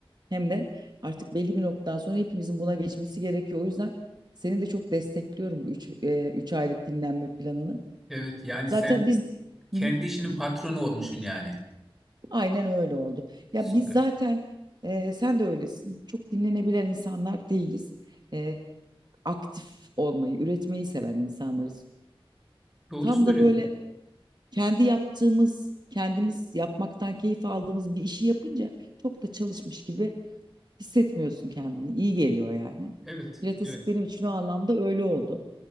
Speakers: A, on the right; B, in the centre.
A: hem de artık belli bir noktadan sonra hepimizin buna geçmesi gerekiyor. O yüzden seni de çok destekliyorum bu 3 3 aylık dinlenme planını.
B: Evet, yani
A: Zaten
B: sen
A: biz
B: kendi
A: Hı hı,
B: işinin patronu olmuşsun yani.
A: aynen öyle oldu. Ya
B: Süper.
A: biz zaten e, sen de öylesin. Çok dinlenebilen insanlar değiliz. E, aktif olmayı, üretmeyi seven insanlarız.
B: Doğru
A: Tam
B: söylüyorsun.
A: da böyle kendi yaptığımız, kendimiz yapmaktan keyif aldığımız bir işi yapınca çok da çalışmış gibi hissetmiyorsun kendini. İyi geliyor yani.
B: Evet,
A: Pilates
B: evet.
A: benim için o anlamda öyle oldu.